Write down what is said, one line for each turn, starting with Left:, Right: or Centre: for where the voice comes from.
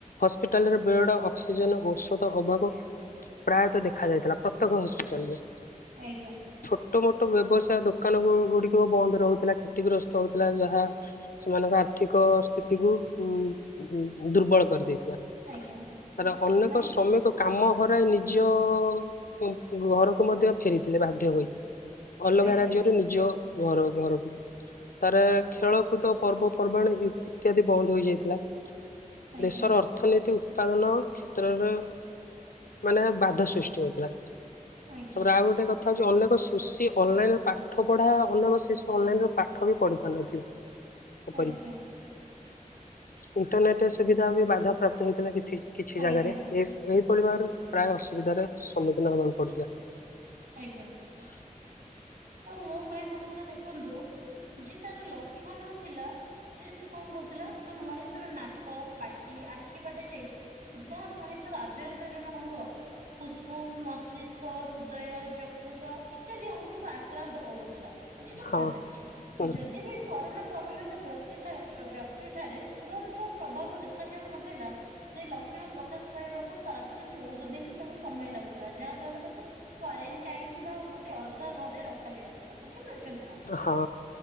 Left: ହସ୍ପିଟାଲରେ ବେଡ ଅକ୍ସିଜେନ ଔଷଧ ଅଭାବ। ପ୍ରାୟତଃ ଦେଖା ଯାଇଥିଲା ପ୍ରତ୍ୟେକ ହସ୍ପିଟାଲ ରେ।
Right: ଆଜ୍ଞା।
Left: ଟୋ ମୋଟ ବ୍ୟବସାୟ ଦୋକାନ ଗୁ ଗୁଡିକ ବନ୍ଦ ରହୁଥେଲା କ୍ଷ ତିଗ୍ରସ୍ତ ହଉଥିଲା ଯାହା ସେମାନଙ୍କ ଆର୍ଥିକ ସ୍ଥିତିକୁୁ ଉଁ ଉଁ ଦୁର୍ବଳ କରିଦେଇଥିଲା
Right: ଆଜ୍ଞା
Left: ତାପରେ ଅନେକ
Right: ମାନେ
Left: ଶ୍ରମିକ କାମ ହରାଇ ନିଜ ଉଁ ଘରକୁ ମଧ୍ୟ ଫେରିଥିଲେ ବାଧ୍ୟ ହୋଇ। ଅଲଗା
Right: ଆଜ୍ଞା
Left: ରାଜ୍ୟରୁ ନିଜ ଘର ଘରକୁ ତାପରେ ଖେଳକୁଦ ପର୍ବପର୍ବାଣ ଇ ଇତ୍ୟାଦି ବନ୍ଦ ହୋଇଯାଇଥିଲା
Right: ଆଜ୍ଞା
Left: ଦେଶର ଅର୍ ଥନୀତି ଉତ୍ପାଦନ କ୍ଷେତ୍ରରେ ମାନେ ବାଧା ସୃଷ୍ଟି ହଉଥିଲା।
Right: ଆଜ୍ଞା
Left: ତାପରେ ଆଉ ଗୋଟେ କଥା ହଉଛି ଅନେକ ସ୍ କୃଷି ଅନଲାଇନରେ ପାଠ ପଢା ଅନେକ ଶିଶୁ ଅନଲାଇନରେ ପାଠ ବି ପଢି ପାରୁନଥିଲେ। ଏପରିକି
Right: ଆଜ୍ଞା
Left: ଇଣ୍ଟରନେଟେ ସୁବିଧା ବି ବାଧା ପ୍ରାପ୍ତ ହେଉଥିଲା କିଥି କିଛି
Right: ଆଜ୍ଞା
Left: ଜାଗାରେ ଏ ଏହିପରି ଭାବେରେ ପ୍ରାୟ ଅସୁବିଧାର ସମ୍ମୁଖୀନ ହବାକୁ ପଡୁଥିଲା।
Right: ଆଜ୍ଞା।
Left: <unintelligible>
Right: ତ ମୋ କହିବା କଥା ଦେଖନ୍ତୁ ଯେ ତାର ଲକ୍ଷଣ ଥିଲା ଯେ ସେ କଁ କରୁଥିଲା ନା ମଣିଷର ନାକ ପାଟି ଆଖି ବାଟେ ଯାଇ ସିଧା ମଣିଷର ଆଭ୍ୟନ୍ତରୀଣ ଅଙ୍ଗ ଫୁସଫୁସ୍ ମତିଷ୍କ ହୃଦୟ ଯକୃତ ଇତ୍ୟାଦି ଅଙ୍ଗକୁ ଆ କ୍ରାନ୍ତ କରୁଥିଲା ବୁଝିପାରୁଛନ୍ତି
Left: ହଁ
Right: ନା
Left: ହଁ
Right: ଯଦି ବି କରୋନା ପ୍ରଭାବିତ ବ୍ୟକ୍ତି ଠା ଆ ବ୍ୟକ୍ତି ଠାରେ ତୁରନ୍ତ ପ୍ରଭାବ ଦେଖାଯାଉନଥିଲା ସେ ଲକ୍ଷଣ ପ୍ରକାଶ ପାଇବାକୁ ସାତରୁ ଚଉଦ ଦିନ ତାକୁ ସମୟ ଲାଗୁଥିଲା ଯାହା ଦ୍ଵାରା ତାକୁ କ୍ୱାରେନଣ୍ଟାଇନ୍ ବା ଗୋଟେ ଅଲଗା ଘରେ ରଖାଯାଉଥିଲା ବୁଝିପାରୁଛନ୍ତି ନା।
Left: ହଁ।